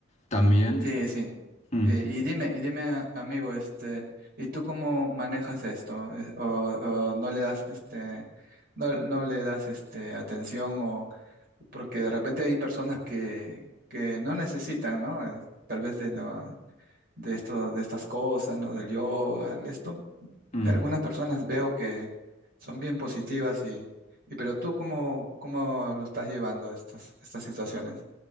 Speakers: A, on the left (about 35°); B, on the right (about 50°).
A: También...
B: Sí, sí.
A: mm,
B: Eh, y dime, y dime, a- amigo, este, ¿y tú cómo manejas esto? Es- ¿O, o no le das, este, no, no le das, este, atención o porque de repente hay personas que, que no necesitan, ¿no? Eh, Tal vez de lo, de esto, de estas cosas, ¿no? Del yoga, de esto.
A: mm,
B: Algunas personas veo que son bien positivas y, y pero tú cómo, cómo lo estás llevando estas, estas situaciones.